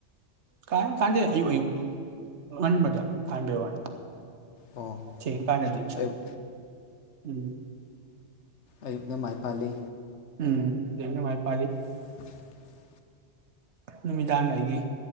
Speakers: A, on the right; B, on the left.
A: ꯀꯥꯏ ꯀꯥꯟꯗ ꯑꯌꯨꯛ ꯑꯌꯨꯛ ꯉꯟꯕꯗꯥ ꯀꯅꯕꯦ ꯋꯥꯅꯤ
B: ꯑꯣ
A: ꯊꯦꯡ ꯀꯟꯗꯗꯤ
B: ꯑꯌꯨꯛ
A: ꯎꯝ
B: ꯑꯌꯨꯛꯅ ꯃꯥꯏ ꯄꯥꯜꯂꯤ
A: ꯎꯝ ꯑꯌꯨꯛꯅ ꯃꯥꯏ ꯄꯂꯤ
B: <inaudible>
A: ꯅꯨꯃꯤꯗꯥꯡ ꯑꯩꯒꯤ